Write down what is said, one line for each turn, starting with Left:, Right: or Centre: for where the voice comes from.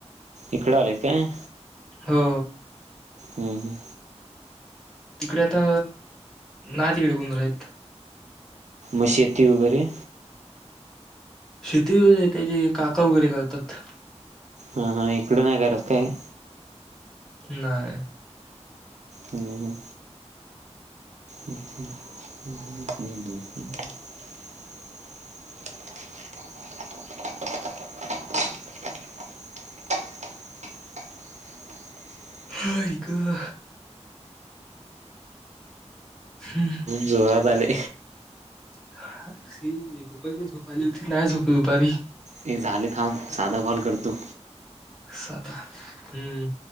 Right: इकडं आले काय?
Centre: हो.
Right: हम्म, हम्.
Centre: तिकडे आता, ना तिकडे कोण राहित.
Right: मग शेती वगैरे?
Centre: शेती होय, त्याचे काका वगैरे करतात.
Right: हां, हां. इकडं नाही करत काय?
Centre: नाय.
Right: हम्, ह. <unintelligible> <inaudible>
Centre: आई गं. हम्म.
Right: जीवावर आले
Centre: <inaudible> दुपारी पण झोप आली होती, नाय झोपलो दुपारी.
Right: हे झाले थांब. साधा कॉल करतो.
Centre: साधा. हम्म